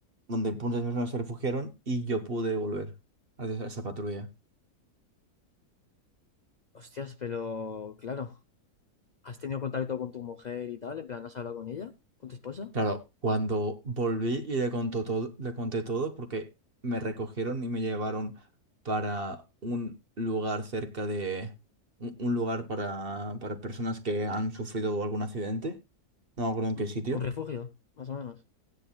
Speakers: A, on the right; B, on the left.
A: donde muchas personas se refugiaron y yo pude volver a esa a esa patrulla.
B: Hostias, pero claro, ¿has tenido contacto con tu mujer y tal? En plan, ¿has hablado con ella? ¿Con tu esposa?
A: Claro, cuando volví y le contó todo, le conté todo porque me recogieron y me llevaron para un lugar cerca de un, un lugar para, para personas que han sufrido algún accidente. No me acuerdo
B: Ujú.
A: en qué sitio.
B: ¿Un refugio, más o menos?